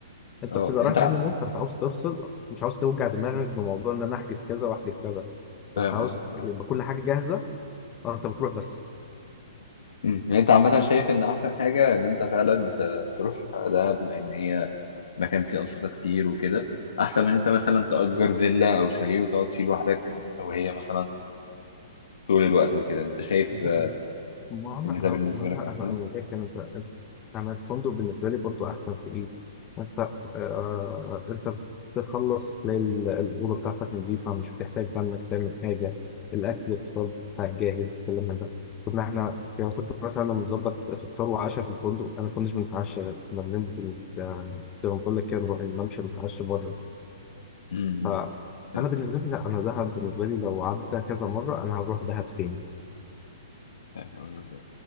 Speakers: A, on the left; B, on the left.
A: انت
B: اه
A: بتبقى
B: انت
A: رايح هاني مون فانت عاوز تفصل مش عاوز توجع دماغك بموضوع ان انا احجز كذا واحجز كذا
B: فاهم
A: انت عاوز
B: قصدك اه
A: يبقى كل حاجه جاهزه اه انت بتروح بس
B: أمم. يعني انت عامة شايف ان احسن حاجة ان انت فعلا ت- تروح دهب بما ان هي مكان فيه انشطة كتير وكده احسن من إن انت مثلا تأجر فيلا او شاليه وتقعد فيه لوحدك انت وهي مثلا طول الوقت وكده انت شايف
A: <laughs>
B: آه،
A: ما انا
B: ان
A: أهو-
B: ده بالنسبة
A: ما انا
B: لك احسن؟
A: أنا من الاخر انت انا الفندق بالنسبه لي برضو احسن في ايه انت آه انت بتخلص تلاقي ال- الاوضه بتاعتك نظيفه مش بتحتاج بقى انك تعمل حاجه الاكل الفطار بتاعك جاهز الكلام من ده كنا احنا يعني كنت مثلا انا مظبط فطار وعشاء في الفندق انا ما كناش بنتعشى غير كنا بننزل آه، زي ما بقول لك كده نروح الممشى نتعشى بره
B: أمم.
A: فانا
B: فاهم قصدك
A: بالنسبه لي لا انا دهب بالنسبه لي لو عدى كذا مره انا هروح دهب تاني
B: فاهم قصدك اه.